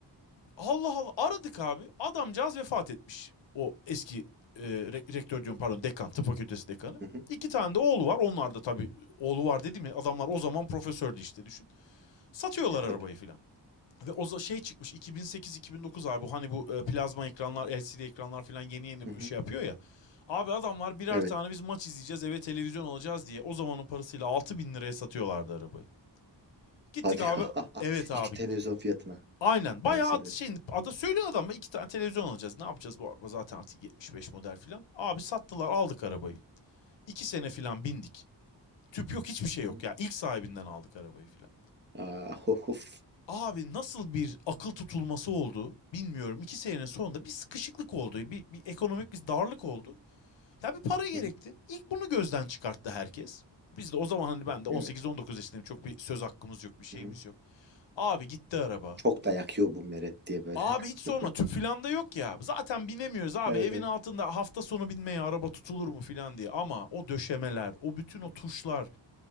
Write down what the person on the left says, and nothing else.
Allah Allah aradık abi. Adamcağız vefat etmiş. O eski e, rektör diyorum pardon dekan tıp fakültesi dekanı.
İki tane de oğlu var. Onlar da tabii oğlu var dedi mi adamlar o zaman profesördü işte düşün. Satıyorlar
arabayı filan. Ve o şey çıkmış 2008-2009 abi hani bu e, plazma ekranlar LCD ekranlar filan yeni yeni
bir şey yapıyor ya. Abi adamlar birer
tane biz maç izleyeceğiz eve televizyon alacağız diye o zamanın parasıyla 6 bin liraya satıyorlardı arabayı. Gittik
abi
evet abi
Aynen. Bayağı
ad- şey ada söylüyor adama iki tane televizyon alacağız. Ne yapacağız bu araba zaten artık 75 model falan. Abi sattılar aldık arabayı. İki sene falan bindik. Tüp yok hiçbir şey
yok
ya. İlk sahibinden aldık arabayı falan.
Abi nasıl bir akıl tutulması oldu bilmiyorum. İki senenin sonunda bir sıkışıklık oldu. Bir, bir ekonomik bir darlık oldu. Ya bir para gerekti.
İlk bunu gözden çıkarttı herkes. Biz de o zaman hani ben de
18-19 yaşındayım. Çok bir söz hakkımız yok, bir şeyimiz
yok. Abi gitti araba.
Abi hiç sorma
tüp filan da yok ya. Zaten binemiyoruz abi
evin
altında hafta sonu binmeye araba tutulur mu filan diye. Ama o döşemeler, o bütün o
tuşlar.